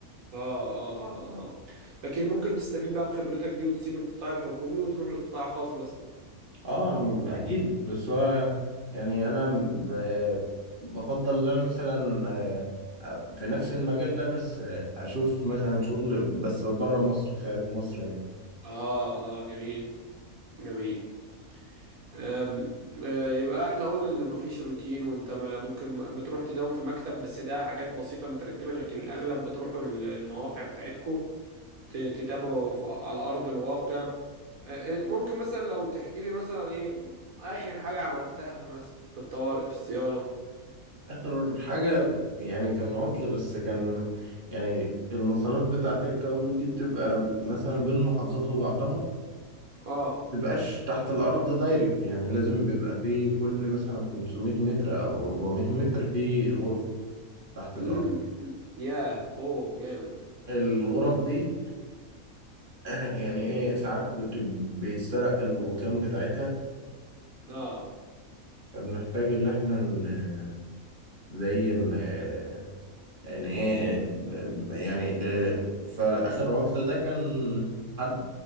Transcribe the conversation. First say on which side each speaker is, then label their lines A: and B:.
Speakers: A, on the right; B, on the right.
A: اه اه اه اه لكن ممكن تستفيد بقى بخبرتك دي وتسيب القطاع الحكومي وتروح للقطاع الخاص مثلا
B: أه أكيد بس هو يعني أنا آه، بفضل إن أنا مثلا آه، آه، في نفس المجال ده بس آه، أشوف مثلا شغل بس بره مصر خارج مصر يعني
A: اه اه جميل جميل أم، آه، يبقى احنا قلنا ان مفيش روتين وانت ما ممكن بتروح تداوم في مكتب بس ده حاجات بسيطة مترتبة لكن الاغلب بتروحوا المواقع بتاعتكو ت- تتابعه في- على أرض الواقع آه، ممكن مثلا لو تحكي لي مثلا ايه آخر حاجة عملتها مثلا في الطوارئ في الصيانة
B: آخر حاجة يعني كان عطل بس كان يعني المسارات بتاعة الكوابل دي بتبقى مثلا بين المحافظات وبعضها
A: اه
B: تبقاش تحت الأرض دايركت يعني لازم بيبقى في كل مثلا 500 متر أو 400 متر في غرفة تحت الأرض
A: امم ياه اوه جامد
B: الغرف دي آه، يعني إيه ساعات بت- بيتسرق الغطيان بتاعتها
A: اه
B: فبنحتاج إن إحنا ن- زي إن آه، إن إيه ب- يعني آه، فآخر عطل ده كان حد